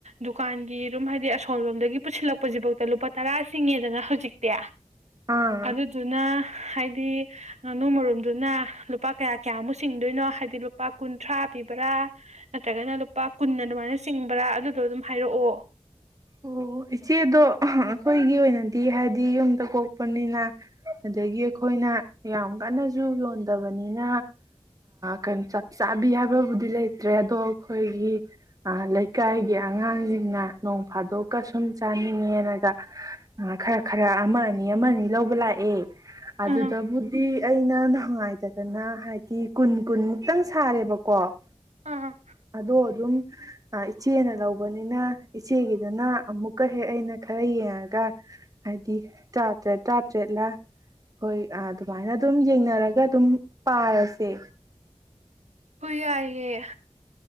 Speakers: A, on the right; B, on the right.
A: ꯗꯨꯀꯥꯟꯒꯤꯔꯨꯝ ꯍꯥꯏꯗꯤ ꯑꯁꯣꯝ ꯂꯣꯝꯗꯒꯤ ꯄꯨꯁꯤꯜꯂꯛꯄꯁꯤꯐꯧꯗ ꯂꯨꯄꯥ ꯇꯔꯥ ꯆꯁꯤꯡꯉꯦꯗꯅ ꯍꯧꯖꯤꯛꯇꯤ
B: ꯑꯥ
A: ꯑꯗꯨꯗꯨꯅ ꯍꯥꯏꯗꯤ ꯍꯥꯏꯗꯤ ꯉꯥꯅꯨ ꯃꯔꯨꯝꯗꯨꯅ ꯂꯨꯄꯥ ꯀꯌꯥ ꯀꯌꯥꯃꯨꯛ ꯆꯁꯤꯡꯗꯣꯏꯅꯣ ꯍꯥꯏꯗꯤ ꯂꯨꯄꯥ ꯀꯨꯟꯊ꯭ꯔꯥ ꯄꯤꯕ꯭ꯔꯥ ꯅꯠꯇ꯭ꯔꯒꯅ ꯂꯨꯄꯥ ꯀꯨꯟꯅ ꯑꯗꯨꯃꯥꯏꯅ ꯆꯤꯡꯕ꯭ꯔꯥ ꯑꯗꯨꯗꯣ ꯑꯗꯨꯝ ꯍꯥꯏꯔꯛꯑꯣ
B: ꯑꯣ ꯏꯆꯦꯗꯣ ꯑꯩꯈꯣꯏꯒꯤ ꯑꯣꯏꯅꯗꯤ ꯍꯥꯏꯗꯤ ꯌꯨꯝꯗ ꯀꯣꯛꯄꯅꯤꯅ ꯑꯗꯒꯤ ꯑꯩꯈꯣꯏꯅ ꯌꯥꯝ ꯀꯟꯅꯁꯨ ꯌꯣꯟꯗꯕꯅꯤꯅ ꯀꯩꯅꯣ ꯆꯞ ꯆꯥꯕꯤ ꯍꯥꯏꯕꯕꯨꯗꯤ ꯂꯩꯇ꯭ꯔꯦ ꯑꯗꯣ ꯑꯩꯈꯣꯏꯒꯤ ꯂꯩꯀꯥꯏꯒꯤ ꯑꯉꯥꯡꯁꯤꯡꯅ ꯐꯥꯗꯣꯛꯀ ꯁꯨꯝ ꯆꯥꯅꯤꯡꯉꯦꯅꯒ ꯈꯔ ꯈꯔ ꯑꯃ ꯑꯅꯤ ꯑꯃ ꯑꯅꯤ ꯂꯧꯕ ꯂꯥꯛꯑꯦ ꯑꯗꯨꯗꯕꯨꯗꯤ
A: ꯑꯥ
B: ꯑꯩꯅ ꯅꯨꯡꯉꯥꯏ ꯇꯇꯥꯗꯅ ꯍꯥꯏꯗꯤ ꯀꯨꯟ ꯀꯨꯟꯃꯨꯛꯇꯪ ꯁꯥꯔꯦꯕꯀꯣ
A: ꯑꯥ
B: ꯑꯗꯣ ꯑꯗꯨꯝ ꯆꯦꯅ ꯂꯧꯕꯅꯤꯅ ꯏꯆꯦꯒꯤꯗꯨꯅ ꯑꯃꯨꯛꯀ ꯍꯦꯛ ꯑꯩꯅ ꯈꯔ ꯌꯦꯡꯉꯒ ꯍꯥꯏꯗꯤ ꯇꯔꯥꯇꯔꯦꯠ ꯇꯔꯥꯇꯔꯦꯠꯂ ꯍꯣꯏ ꯑꯗꯨꯃꯥꯏꯅ ꯑꯗꯨꯝ ꯌꯦꯡꯅꯔꯒ ꯑꯗꯨꯝ ꯄꯥꯔꯁꯦ
A: ꯍꯣꯏ ꯌꯥꯏꯌꯦꯦ